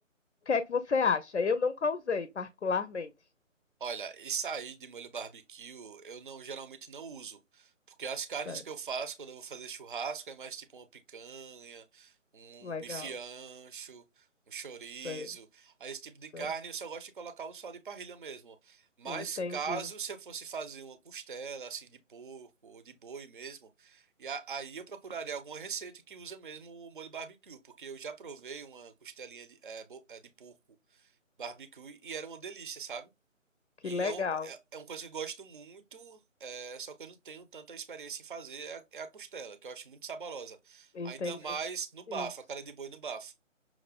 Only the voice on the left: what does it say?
que é que você acha? Eu nunca usei particularmente.
Certo.
Legal.
Sei,
sei.
Entendi.
Que
legal.
Entendi.
Isso.